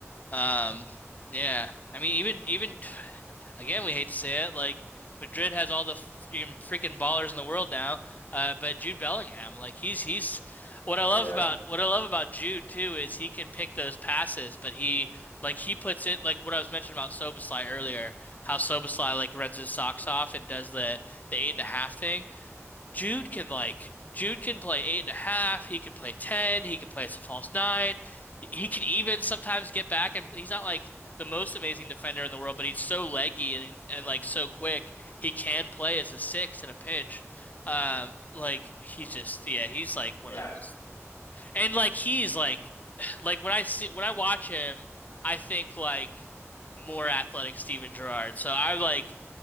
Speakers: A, on the left; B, on the left.
A: Um, yeah. I mean, even even <sighs> again, we hate to say it, like Madrid has all the freaking freaking ballers in the world now. Uh, but Jude Bellingham, like he's he's what
B: Oh
A: I love
B: yeah.
A: about what I love about Jude too is he can pick those passes, but he like he puts it like what I was mentioning about Szoboszlai earlier, how Szoboszlai like runs his socks off and does the the eight and a half thing. Jude can like Jude can play eight and a half. He can play ten. He can play as a false nine. He can even sometimes get back and he's not like the most amazing defender in the world, but he's so leggy and and like so quick. He can play as a six in a pinch. Um, like he's just yeah, he's like one
B: Yeah.
A: of the most and like he's like <sighs> like when I see when I watch him, I think like more athletic Steven Gerrard. So I like